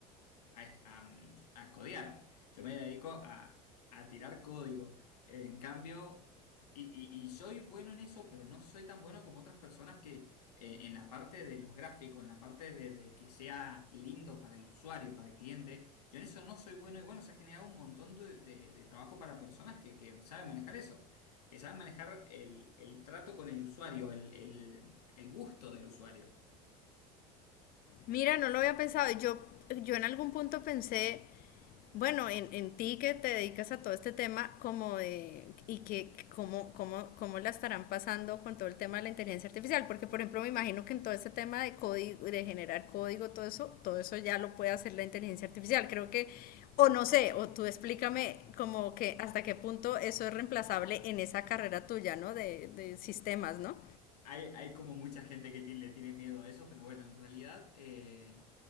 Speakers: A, on the left (about 85°); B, on the left (about 50°).
A: a, a- mm, a codear. Yo me dedico a, a tirar código. En cambio, y, y- y soy bueno en eso, pero no soy tan bueno como otras personas que eh, en la parte de los gráficos, en la parte de, de que sea lindo para el usuario, para el cliente, yo en eso no soy bueno. Y bueno, se ha generado un montón de, de- de trabajo para personas que, que saben manejar eso. que saben manejar el, el trato con el usuario, el el- el gusto del usuario.
B: Mira, no lo había pensado. Yo, yo en algún punto pensé, bueno, en, en ti que te dedicas a todo este tema, como de, y que cómo, cómo, cómo la estarán pasando con todo el tema de la inteligencia artificial, porque por ejemplo me imagino que en todo este tema de código, de generar código, todo eso, todo eso ya lo puede hacer la inteligencia artificial. Creo que, o no sé, o tú explícame como que hasta qué punto eso es reemplazable en esa carrera tuya, ¿no? De, de sistemas, ¿no?
A: Hay, hay como mucha gente que tiene- le tiene miedo a eso, pero bueno, en realidad eh,